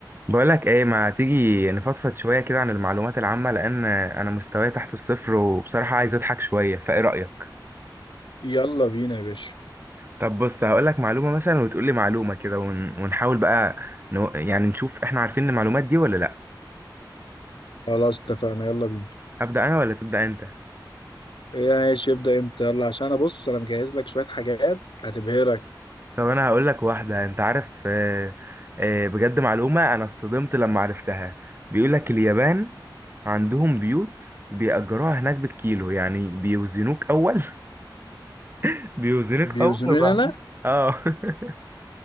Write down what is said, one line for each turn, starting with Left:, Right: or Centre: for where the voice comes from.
Right: بقولك ايه ما تيجي نفضفض شوية كده عن المعلومات العامة لأن أنا مستواي تحت الصفر وبصراحة عايز أضحك شوية فايه رأيك؟
Left: يلا بينا يا باشا
Right: طب بص هقولك معلومة مثلا وتقولي معلومة كده ون... ونحاول بقى نو... يعني نشوف احنا عارفين المعلومات دي ولا لأ
Left: خلاص اتفقنا يلا بينا
Right: أبدأ أنا ولا تبدأ أنت؟
Left: إيه ماشي ابدأ انت يلا عشان انا بص انا مجهز لك شوية حاجات هتبهرك
Right: طب أنا هقولك واحدة أنت عارف آه، آه، بجد معلومة أنا اصطدمت لما عرفتها بيقولك اليابان عندهم بيوت بيأجروها هناك بالكيلو يعني بيوزنوك أول <laughs> بيوزنوك
Left: بيوزنوني
Right: أول وبعدين
Left: انا
Right: اه <laughs>